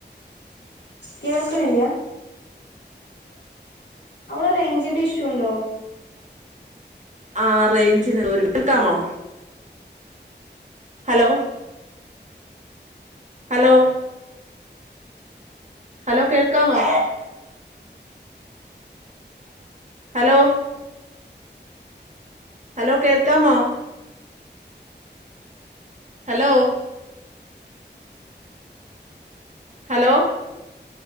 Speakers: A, on the left; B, on the right.
A: കേൾക്ക്‌ണില്ല്യ അവടെ റേഞ്ചിന്റെ ഇഷ്യൂണ്ടോ
B: ആ റേഞ്ചിന് ഒരു കേൾക്കാമോ ഹലോ ഹലോ ഹലോ കേൾക്കാമോ ഹലോ ഹലോ കേൾക്കാമോ ഹലോ ഹലോ